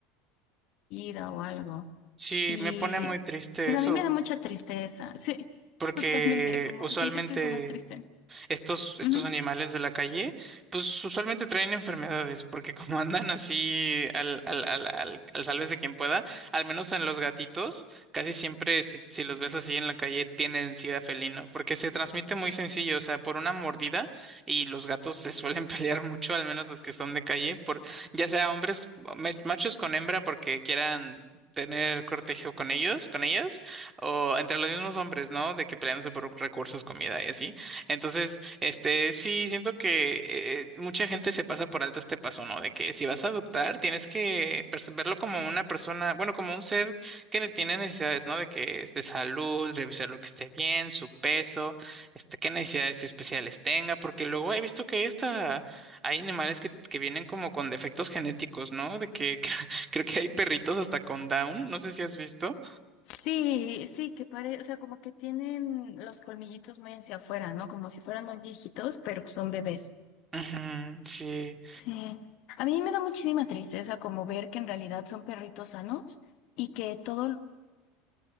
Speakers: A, on the left; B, on the right.
A: vida o algo.
B: sí,
A: Y
B: me pone muy triste
A: pues
B: eso,
A: a mí me da mucha tristeza, sí,
B: porque
A: totalmente, como
B: usualmente
A: siento que es lo más triste.
B: estos, estos
A: Ujú.
B: animales de la calle, pues usualmente traen enfermedades, porque como <laughs> andan así al, al, al, al, al sálvese quien pueda, al menos en los gatitos, casi siempre si, si los ves así en la calle tienen sida felino, porque se transmite muy sencillo, o sea, por una mordida y los gatos se suelen <laughs> pelear mucho, al menos los que son de calle, por ya sea hombres, me- machos con hembra porque quieran tener cortejo con ellos, con ellas, o entre los mismos hombres, ¿no? De que peleándose por recursos, comida y así. Entonces, este, sí, siento que eh, mucha gente se pasa por alto este paso, ¿no? De que si vas a adoptar, tienes que pers- verlo como una persona, bueno, como un ser que tiene necesidades, ¿no? De que es de salud, revisar lo que esté bien, su peso, este, qué necesidades especiales tenga, porque luego he visto que hay hasta, hay animales que, que vienen como con defectos genéticos, ¿no? De que <laughs> creo que hay perritos hasta con Down, no sé si has visto.
A: Sí, sí, que parece, o sea, como que tienen los colmillitos muy hacia afuera, ¿no? Como si fueran muy viejitos, pero pues son bebés.
B: Ujú, sí,
A: Sí. A mí me da muchísima tristeza como ver que en realidad son perritos sanos y que todo lo